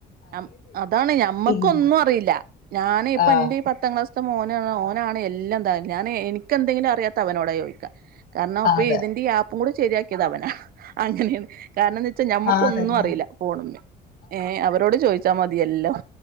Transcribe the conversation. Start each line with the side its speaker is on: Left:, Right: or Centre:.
Right: അം അതാണ് ഞമ്മക്കൊന്നും
Left: ഉം
Right: അറിയില്ല ഞാന് ഇപ്പ
Left: ആ
Right: ഇന്റെ പത് ത്താം ക്ലാസ്ത്ത മോനാ ഓനാണ് എല്ലാം താ ഞാന് എനിക്കെന്തെങ്കിലും അറിയാത്ത അവനോട് ചോദിക്കാ കാരണം പ്പൊ
Left: അതെ
Right: ഇതിന്റെ ഈ ആപ്പും കൂടെ ശരിയാക്കിയത് അവനാ അങ്ങനെണ്‌ കാരണംന്താച്ചാ ഞമ്മക്കൊന്നും
Left: ആ അതന്നെ
Right: അറിയില്ല ഫോണ്‌മ്മേ ഏ അവരോട് ചോയിച്ചാ മതിയെല്ലാം.